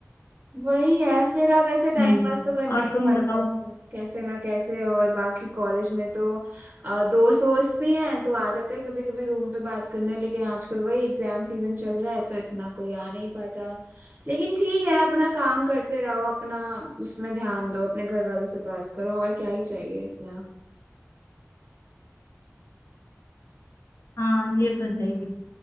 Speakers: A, on the right; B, on the left.
A: वही है फिर अब ऐसा टाइम
B: हम्म
A: पास तो करना
B: और
A: ही
B: तुम
A: पड़ता
B: बताओ
A: है फिर कैसे ना कैसे और बाकी कॉलेज में तो अ, दोस्त वोस्त भी हैं तो आ जाते हैं कभी कभी रूम पे बात करने लेकिन आजकल वही एग्जाम सीजन चल रहा है तो इतना कोई आ नहीं पाता लेकिन ठीक है अपना काम करते रहो अपना उसमें ध्यान दो अपने घर वालों से बात करो और क्या ही चाहिए इतना
B: हाँ ये तो है ही